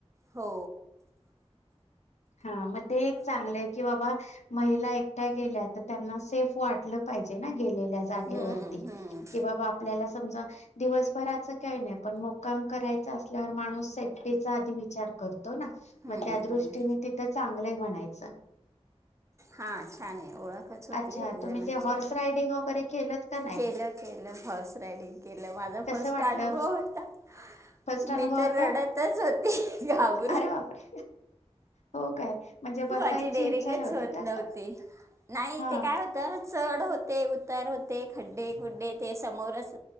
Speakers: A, on the right; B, on the left.
A: हो.
B: हा मग ते एक चांगलंय की बाबा महिला एकट्या गेल्या तर त्यांना सेफ वाटलं पाहिजे नाय. गेलेल्या जागेवरती
A: हम्म, हम्म.
B: की बाबा आपल्याला समजा दिवसभराचं काय नाय पण मुक्काम करायचा असल्यावर माणूस सेफ्टीचा आधी विचार कर तो ना
A: हम्म,
B: म त्या दृष्टीनी
A: हम्म.
B: ते चांगलंय म्हणायचं.
A: हा छानये ओळखंच होती
B: अच्छा
A: एक
B: तुम्ही
A: जणाची.
B: ते हॉर्स रायडिंग वगैरे केलत का नाही
A: केलं केलं हॉर्स रायडिंग केलं. माझा
B: कसं
A: फस्ट
B: वाटलं
A: अनुभव होता.
B: फर्स्ट
A: मी
B: अनुभव
A: तर
B: होता
A: रडतच होती. घाबरून.
B: अरे बापरे हो काय म्हणजे बसायची
A: माझी डेरिंगच
B: इच्छा नव्हती
A: होत
B: का
A: नव्हती. नाही
B: हा
A: ते काय होतं चढ होते. उ उतार होते खड्डे खुड्डे ते समोरच